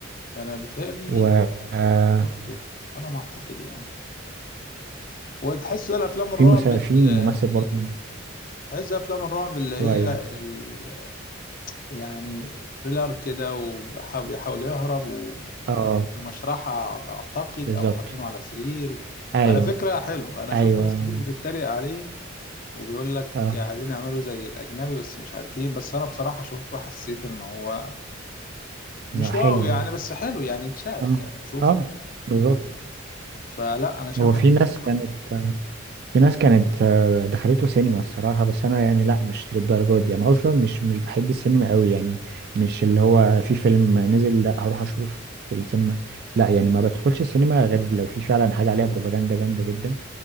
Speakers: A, on the left; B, on the right.
A: انا بيتهيألي
B: و آه،
A: شفته على ما اعتقد يعني هو تحس ده الافلام الرعب
B: في مسا...
A: ال...
B: في ممثل
A: ال...
B: برضه
A: تحس ده افلام الرعب اللي هي
B: شوية
A: ال... يعني ثريلر كده وبيحاول يهرب
B: اه
A: ومشرحة اعتقد
B: بالظبط
A: او حاطينه على سرير
B: ايوه
A: على فكرة حلو انا
B: ايوه
A: شفت ناس كتير بتتريق عليه وبيقول لك
B: اه
A: عايزين يعملوا زي الاجنبي بس مش عارفين بس انا بصراحة شفته حسيت ان هو مش
B: لا حلو
A: واو يعني
B: يعني
A: بس حلو يعني يتشاف
B: اه
A: يعني تشوفه
B: اه بالظبط
A: فلا انا شايفه
B: هو في
A: حلو
B: ناس
A: بصراحه
B: كانت في ناس كانت آه، دخلته سينما الصراحة بس أنا يعني لأ مش للدرجة دي أنا أصلا مش مش بحب السينما أوي يعني مش اللي هو في فيلم نزل لأ هروح أشوف في السينما لأ يعني ما بدخلش السينما غير لو في فعلا حاجة عليها بروباجندا جامدة جدا